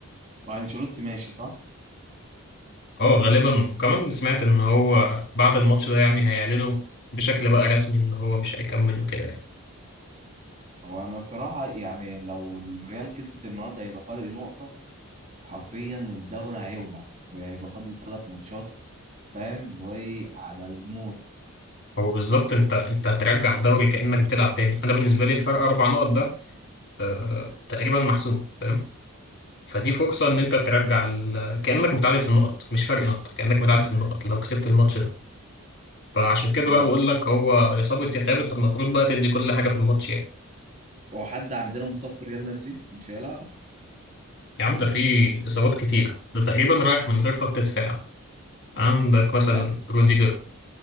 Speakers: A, on the right; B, on the left.
A: وانشيلوتي ماشي صح
B: اه غالبا وكمان سمعت ان هو بعد الماتش ده يعني هيعلنوا بشكل بقى رسمي ان هو مش هيكمل وكده يعني
A: هو انا بصراحه يعني لو الريال كسبت النهارده هيبقى فرق نقطه حرفيا الدوري هيولع يعني هيبقى فاضل ثلاث ماتشات فاهم اللي هو ايه على الموت
B: هو بالظبط انت انت هترجع الدوري كانك بتلعب تاني انا بالنسبه لي الفرق اربع نقط ده آه تقريبا محسوم فاهم فدي فرصه ان انت ترجع ال... كانك متعادل في النقط مش فرق نقطه كانك متعادل في النقط لو كسبت الماتش ده فعشان كده
A: ما
B: بقى
A: ب...
B: بقول لك هو يا صابت يا خابت فالمفروض بقى تدي كل حاجة في الماتش يعني
A: هو حد عندنا مصاب في ريال مدريد مش هيلعب
B: يا عم ده في إصابات كتير ده تقريبا رايح من غير خط دفاع عندك مثلا
A: لا
B: روديجر